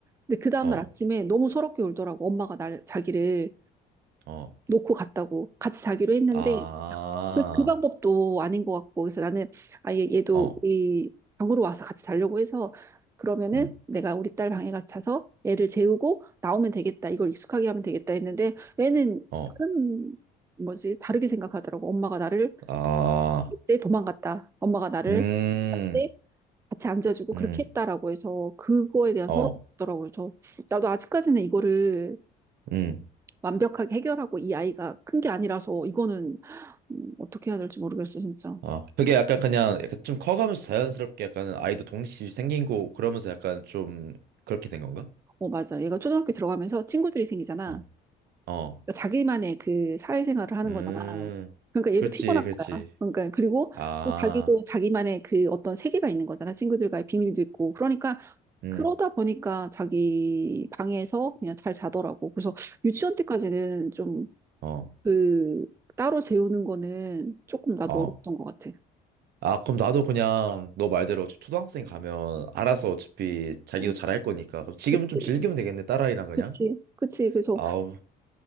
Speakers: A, on the right; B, on the right.
A: 근데 그 다음날
B: 어,
A: 아침에 너무 서럽게 울더라고. 엄마가 날, 자기를
B: 어,
A: 놓고 갔다고. 같이 자기로 했는데
B: 아,
A: 그래서 그 방법도 아닌 것 같고 그래서 나는 아예 얘도
B: 어,
A: 우리 방으로 와서 같이 자려고 해서 그러면은
B: 응,
A: 내가 우리 딸 방에 가서 자서 애를 재우고 나오면 되겠다 이걸 익숙하게 하면 되겠다 했는데 애는
B: 어,
A: 다른 뭐지 다르게 생각하더라고 엄마가 나를
B: 아,
A: 그때 도망갔다 엄마가 나를
B: 음,
A: 때 같이 앉아주고
B: 음,
A: 그렇게 했다라고 해서 그거에 대한
B: 어,
A: 서러움이 있더라고요. 저 나도 아직까지는 이거를
B: 음,
A: 완벽하게 해결하고 이 아이가 큰 게 아니라서 이거는 음, 어떻게 해야 될지 모르겠어, 진짜.
B: 어. 그게 약간 그냥 약간 좀 커가면서 자연스럽게 약간 아이도 독립심이 생긴 거 그러면서 약간 좀 그렇게 된 건가?
A: 어, 맞아. 얘가 초등학교 들어가면서 친구들이 생기잖아.
B: 어, 어,
A: 그러니까 자기만의 그 사회생활을 하는
B: 음,
A: 거잖아. 그러니까 얘도
B: 그렇지,
A: 피곤한
B: 그렇지.
A: 거야. 그러니까 그리고
B: 아,
A: 또 자기도 자기만의 그 어떤 세계가 있는 거잖아. 친구들과의 비밀도 있고. 그러니까
B: 음,
A: 그러다 보니까 자기 방에서 그냥 잘 자더라고. 그래서 유치원 때까지는 좀
B: 어,
A: 그 따로 재우는 거는 조금 나도
B: 어.
A: 어렸던 것 같아.
B: 아, 그럼 나도 그냥 너 말대로 어차피 초등학생 가면 알아서 어차피 자기도
A: 어,
B: 잘할 거니까. 그럼 지금
A: 그치,
B: 좀 즐기면 되겠네, 딸아이랑 그냥.
A: 그치, 그치. 그래서
B: 아우,